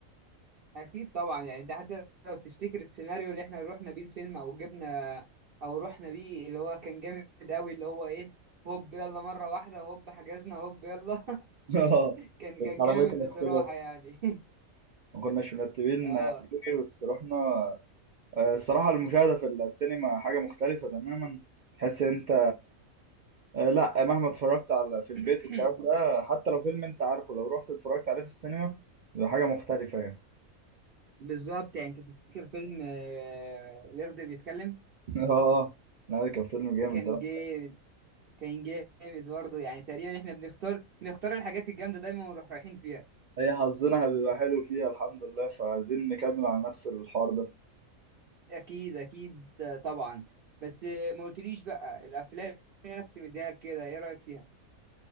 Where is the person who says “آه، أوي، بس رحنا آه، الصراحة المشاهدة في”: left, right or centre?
Right